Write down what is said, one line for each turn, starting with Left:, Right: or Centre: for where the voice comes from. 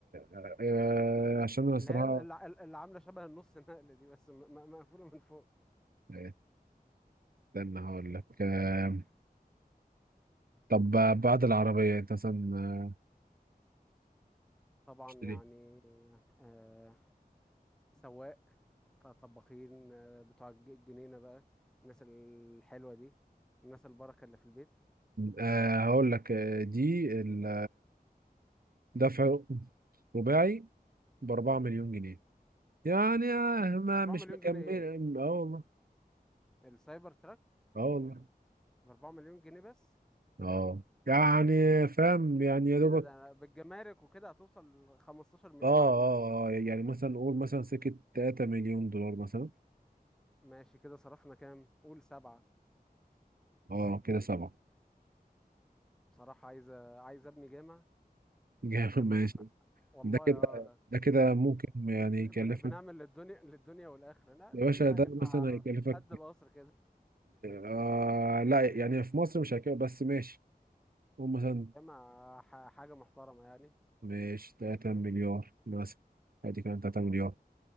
Right: آه، آه، عشان أنا
Centre: اللي
Right: الصراحة
Centre: هي اللي اللي عاملة شبه النص نقل دي بس م... م- مقفولة من فوق
Right: آه، استنى هقول لك آه، طب بعد العربية أنت مثلا آه،
Centre: طبعا
Right: اشتري
Centre: يعني آه سواق ط- طباخين آه بتوع الج- الجنينة بقى الناس الحلوة دي الناس البركة اللي في البيت
Right: آه، هقول لك آه، دي ال- دفع رباعي بأربعة مليون جنيه يعني آه،
Centre: ايه
Right: ما
Centre: 4
Right: مش
Centre: مليون
Right: مكمل
Centre: جنيه ايه
Right: اه والله
Centre: السايبر تراك
Right: اه والله
Centre: ب 4 مليون جنيه بس
Right: اه يعني فاهم يعني يا دوبك
Centre: ايه ده ده بالجمارك وكده هتوصل 15 مليون
Right: اه
Centre: عبال
Right: اه
Centre: ما تيجي
Right: اه يعني مثلا نقول مثلا سكة 3 مليون دولار مثلا
Centre: ماشي كده صرفنا كام قول سبعة
Right: اه كده سبعة
Centre: بصراحة عايز عايز ابني جامع
Right: <laughs> جامد
Centre: جامع
Right: ماشي
Centre: والله
Right: ده كده
Centre: يا
Right: ده كده ممكن يعني
Centre: بن-
Right: يكلفك
Centre: بنعمل للدنيا للدنيا والآخرة لا
Right: يا
Centre: نبني
Right: باشا
Centre: بقى
Right: ده
Centre: جامعة
Right: مثلا هيكلفك
Centre: قد القصر كده
Right: آه لا يعني في مصر مش هيكلفك بس ماشي قول مثلا
Centre: جامعة ح- حاجة محترمة يعني
Right: ماشي 3 مليار مثلا ادي كمان 3 مليار